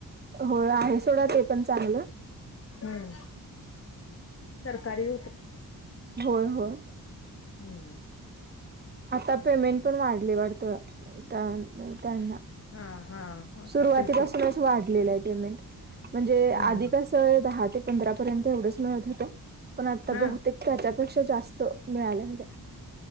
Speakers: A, on the right; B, on the left.
A: हो आहे सोडा ते पण चांगलं.
B: हम्म तरकारी
A: होय होय.
B: हम्म
A: आता पेमेंट पण वाढली वाटतं त्यांना
B: हा हा.
A: सुरुवातीपासून
B: असेल की
A: असं वाढलेलं आहे पेमेंट म्हणजे
B: हम्म
A: आधी कस. दहा ते पंधरा पर्यंत एवढंच मिळत होतं पण आता
B: हा
A: बहुतेक त्याच्यापेक्षा जास्त मिळाल्या.